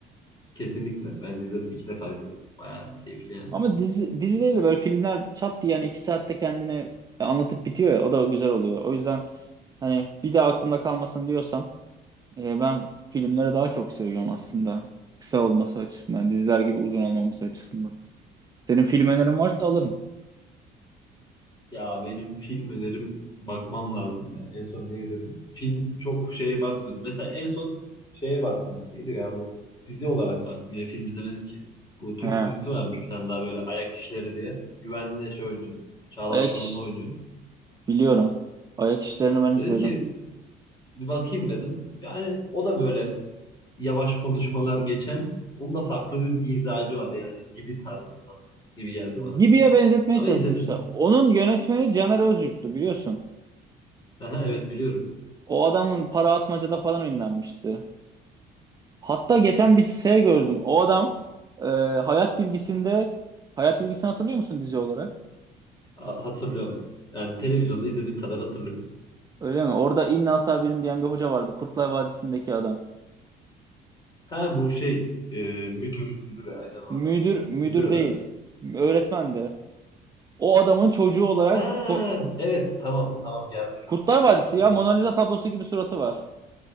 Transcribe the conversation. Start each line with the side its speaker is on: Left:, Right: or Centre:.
Left: Kesinlikle. Ben izledim, iki defa izledim. Bayağı keyifli yani.
Right: Ama dizi, dizi değil de böyle filmler çat diye yani iki saatte kendini anlatıp bitiyor ya o da güzel oluyor. O yüzden hani bir daha aklımda kalmasın diyorsan E, ben filmleri daha çok seviyorum aslında. Kısa olması açısından, diziler gibi uzun olmaması açısından. Senin film önerin varsa alırım.
Left: Ya benim film önerim bakmam lazım ya. En son ne izledim? Film çok şeye bakmadım. Mesela en son şeye baktım. Neydi ya bu? Dizi olarak baktım. Ya film izlemedim ki. Bu Türk
Right: He,
Left: dizisi varmış bir tane daha böyle Ayak İşleri diye. Güvenle şey oynuyor. Çağlar
Right: ayak
Left: Çorumlu
Right: iş
Left: oynuyor.
Right: biliyorum. Ayak işlerini ben izledim.
Left: Dedim ki bir bakayım dedim. Yani o da böyle yavaş konuşmalar geçen. Onun da farklı bir mizacı var yani gibi tarzında gibi geldi bana.
Right: Gibi'ye benzetmeye
Left: Ama
Right: çalışmışlar.
Left: izledim.
Right: Onun yönetmeni Caner Özyurt'tu biliyorsun.
Left: Aha, evet biliyorum.
Right: O adamın Para Atmaca'da falan ünlenmişti. Hatta geçen bir şey gördüm. O adam e, Hayat Bilgisi'nde Hayat Bilgisi'ni hatırlıyor musun dizi olarak?
Left: Ha- Hatırlıyorum. Yani televizyonda izlediğim kadar hatırlıyorum.
Right: Öyle mi? Orada İnna Sabirin diyen bir hoca vardı. Kurtlar Vadisi'ndeki adam.
Left: Ha bu şey e, müdür. Müdüre aynen o
Right: Müdür
Left: adam.
Right: müdür
Left: Müdür
Right: değil.
Left: herhalde.
Right: Öğretmendi. O adamın çocuğu olarak
Left: Ha
Right: Ko-
Left: evet tamam tamam geldi şu
Right: Kurtlar
Left: an. Evet
Right: Vadisi
Left: hatırladım.
Right: ya Mona Lisa tablosu gibi suratı var.